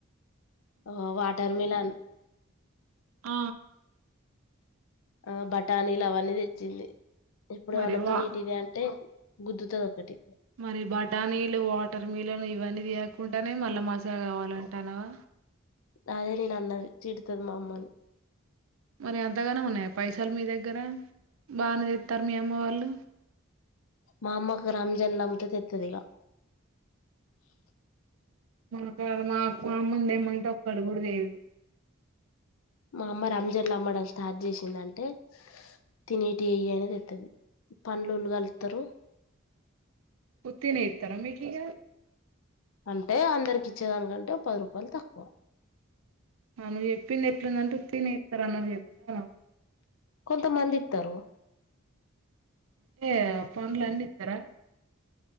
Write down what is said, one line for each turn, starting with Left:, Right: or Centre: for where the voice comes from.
Left: ఆ వాటర్మిలన్
Right: ఆ
Left: ఆ బటానీలు అవన్నీ తెచ్చింది ఎప్పుడు
Right: మరి
Left: ఏమన్నా
Right: వా
Left: తినేటివి తే అంటే గుద్దుతది ఒకటి
Right: మరి బఠానీలు వాటర్ మిల్లలు ఇవన్నీ తినకుండానే మళ్ళ మజా కావాలంటానావా
Left: అదే నేను అన్నది తిడుతుంది మా అమ్మ
Right: మరి అంతగాన ఉన్నాయి పైసాలు మీ దగ్గర బాగానే తెస్తారు మీ అమ్మ వాళ్ళు
Left: మా అమ్మ ఇగ రమజాన్ లో అంత తెత్తడి ఇగ
Right: మా కా మాకు అమ్మంది తేమంటే ఒకటి కూడా తేదూ
Left: మా అమ్మ రంజన్లు అమ్మడం స్టార్ట్ చేసిందంటే తినేటి ఏయి అయినేది తెత్తారు పండ్లు కలుతారు
Right: ఉత్తిగ ఇస్తారా మీకు ఇగ
Left: అంటే అందరికి ఇచ్చేదానికంటే పది రూపాయలు తక్కువ
Right: ఆ నువ్వు చెప్పింది ఎట్లుందంటే ఉత్తిగనే ఇస్తార అన్నటు చెపినవ్
Left: కొంత మంది ఇత్తారు
Right: అంటే పండ్ల అన్ని ఇస్తారా